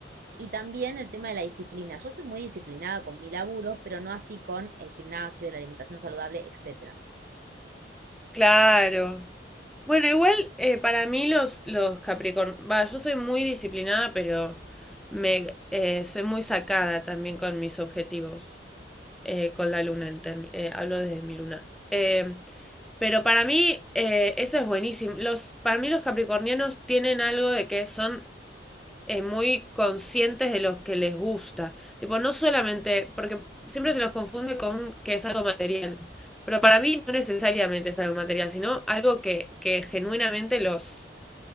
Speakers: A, on the right; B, in the centre.
A: Y también el tema de la disciplina. Yo soy muy disciplinada con mi laburo, pero no así con el gimnasio, la alimentación saludable, etc.
B: Claro. Bueno, igual eh, para mí los, los Capricorn, va, yo soy muy disciplinada, pero me eh, soy muy sacada también con mis objetivos, eh, con la luna, en term- eh, hablo desde mi luna. Eh, pero para mí eh, eso es buenísimo. Los, para mí los capricornianos tienen algo de que son eh, muy conscientes de los que les gusta. Tipo, no solamente, porque siempre se los confunde con que es algo material, pero para mí no necesariamente es algo material, sino algo que, que genuinamente los,